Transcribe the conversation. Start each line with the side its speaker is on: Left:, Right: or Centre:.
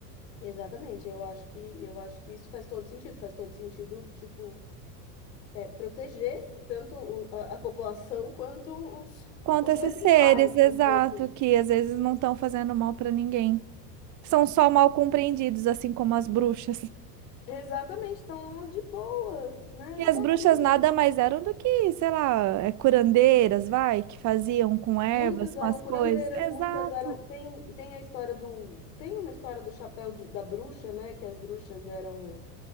Left: Exatamente. Eu acho que eu acho que isso faz todo sentido, faz todo sentido, tipo, é, proteger tanto o- a, a população <laughs> quanto os,
Right: Quanto
Left: os
Right: a esses
Left: exemplares,
Right: seres,
Left: vamos
Right: exato,
Left: dizer assim.
Right: que às vezes não estão fazendo mal para ninguém. São só mal compreendidos, assim como as bruxas.
Left: Exatamente, estão de boa, né?
Right: E as
Left: Tô
Right: bruxas
Left: aqui,
Right: nada mais eram do que, sei lá, é, curandeiras, vai, que faziam com ervas,
Left: Muitas
Right: com
Left: eram
Right: as
Left: curandeiras,
Right: coisas. Exato,
Left: muitas eram. Tem, tem a história do. Tem uma história do chapéu de- da bruxa, né? Que as bruxas eram.